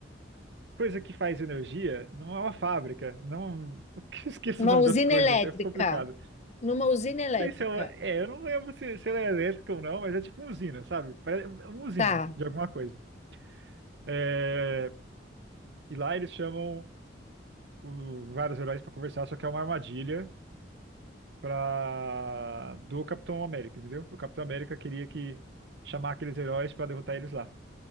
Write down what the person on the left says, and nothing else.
uma
usina
elétrica.
Numa usina elétrica.
Tá,